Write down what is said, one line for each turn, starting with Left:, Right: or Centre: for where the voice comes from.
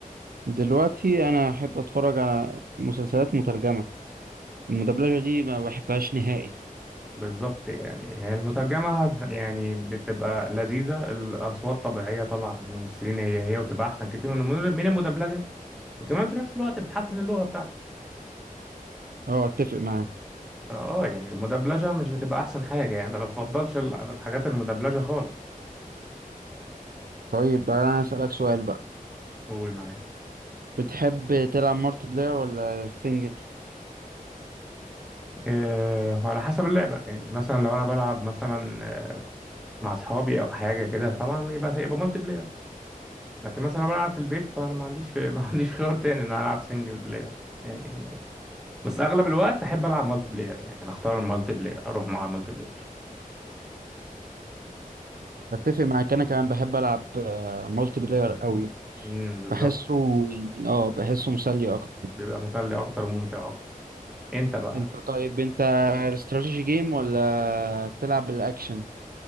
Right: دلوقتي انا احب اتفرج على مسلسلات مترجمه المدبلجه دي ما بحبهاش نهائي
Centre: بالظبط يعني هي المترجمة يعني بتبقى لذيذة الأصوات طبيعية طالعة من الممثلين هي هي وتبقى أحسن كتير من الم- من المدبلجة وكمان في نفس الوقت بتحسن اللغة بتاعتك
Right: اه اتفق معاك
Centre: فاه يعني المدبلجة مش بتبقى احسن حاجة يعني ما بفضلش ال- الحاجات المدبلجة خالص
Right: طيب انا اسالك سؤال بقى
Centre: قول معاك
Right: بتحب تلعب مالتي بلاير ولا سنجل
Centre: أه على حسب اللعبة يعني مثلا لو انا بلعب مثلا آه، مع اصحابي او حاجة كده طبعا يبقى يبقى مالتي بلاير لكن مثلا لو بلعب في البيت فانا ما عنديش في... <laughs> ما عنديش خيار تاني ان انا العب سنجل بلاير يعني بس اغلب الوقت احب العب مالتي بلاير يعني انا اختار المالتي بلاير اروح مع مالتي بلاير
Right: اتفق معاك انا كمان بحب العب آه، مالتي بلاير قوي
Centre: امم بالظبط
Right: بحسه يعني اه بحسه مسلي اكتر
Centre: بيبقى مسلي اكتر وممتع اكتر انت بقى
Right: انت طيب انت استراتيجي جيم ولا بتلعب بالاكشن